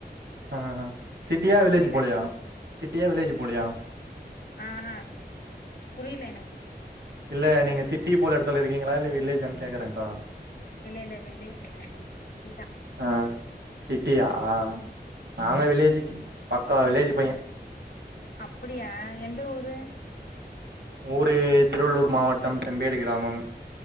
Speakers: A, on the right; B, on the left.
A: ‌அ ஆ சிட்டியா வில்லேஜ்
B: புரில
A: போலயா சிட்டியா வில்லேஜ் போலயா
B: ஹெ ஹேங் புரில்ல எனக்கு
A: இல்ல நீங்க சிட்டி போல எடத்துல இருக்கீங்களா இல்ல விலேஜ்ன் கேக்குறேங்கா
B: இல்லெ இல்லெ வில்லேஜ் இல்ல சீ தா
A: ஆ சிட்டியா ஆஹ் ஹா நாங்க வில்லேஜ் பக்கா வில்லேஜ் பைய
B: சென் அப்படியா எந்த ஊரு
A: ஊரு திருவள்ளூர் மாவட்டம் செம்பேடு கிராமம்